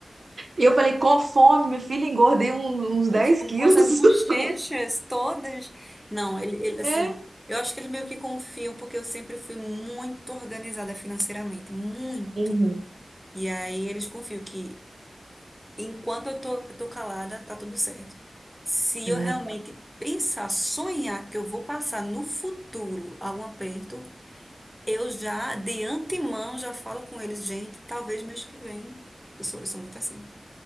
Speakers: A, on the right; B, in the centre.
A: E eu falei, com fome, minha filha, engordei um- uns
B: Com
A: 10
B: fome,
A: quilos.
B: com essas bochechas
A: <laughs>
B: todas. Não, ele, ele, assim,
A: É.
B: eu acho que eles meio que confiam, porque eu sempre fui muito organizada financeiramente, muito.
A: Uhum.
B: E aí eles confiam que enquanto eu tô, eu tô calada, tá tudo certo. Se eu
A: É,
B: realmente pensar, sonhar que eu vou passar no futuro algum aperto, Eu já, de antemão, já falo com eles, gente, talvez mês que vem. Eu sou, eu sou muito assim.